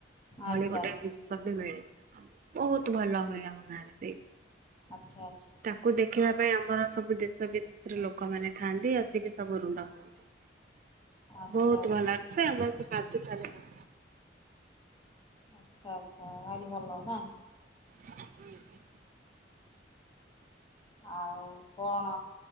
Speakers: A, on the right; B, on the left.
A: ଭଳି
B: ଆଚ୍ଛା
A: ଗୋଟେ ଜିନିଷ ବି ମିଳେ ଆମ ବହୁତ୍ ଭଲ ହୁଏ ଆମ ଗାଁରେ ସେଇ
B: ଆଚ୍ଛା ଆଚ୍ଛା।
A: ତାକୁ ଦେଖିବା ପାଇଁ ଆମର ସବୁ ଦେଶ ବିଦେଶର ଲୋକମାନେ ଥାନ୍ତି ଆସିକି ସବୁ ରୁଣ୍ଡ ହୁଅନ୍ତି
B: ଆଚ୍ଛା
A: ବହୁତ୍
B: ଆଚ୍ଛା
A: ଭଲ ସେଁ ବସି କାଜୁ <unintelligible>
B: ଆଚ୍ଛା ଆଚ୍ଛା ଭାରି ଭଲ ନା।
A: ହୁଁ ହୁଁ
B: ଆଉ କଣ